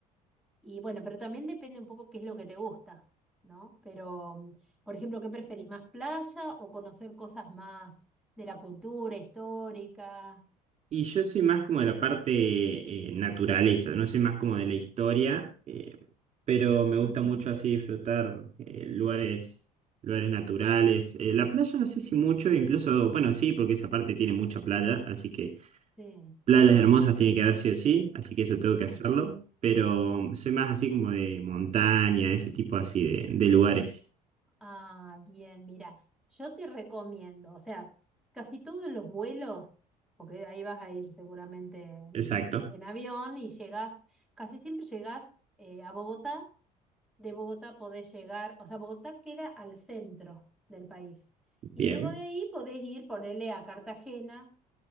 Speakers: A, in the centre; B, on the right.
A: y bueno, pero también depende un poco qué es lo que te gusta, ¿no? Pero, mm, por ejemplo, ¿qué preferís? ¿Más playa o conocer cosas más de la cultura histórica?
B: Y yo soy más como de la parte eh, naturaleza, no soy más como de la historia, eh, pero me gusta
A: Ujú,
B: mucho así disfrutar eh, lugares, lugares naturales. Eh, la playa no sé si mucho, incluso, bueno, sí, porque esa parte tiene mucha playa, así que
A: Sí,
B: Playas hermosas tiene que haber sí o sí, así que eso tengo que
A: sí.
B: hacerlo. Pero soy más así como de montaña, ese tipo así de, de lugares.
A: Ah, bien, mira, yo te recomiendo, o sea, casi todos los vuelos, porque ahí vas a ir seguramente en,
B: Exacto.
A: en avión y llegás, casi siempre llegás eh, a Bogotá, de Bogotá podés llegar, o sea, Bogotá queda al centro del país. Y
B: Bien.
A: luego de ahí podés ir, ponerle a Cartagena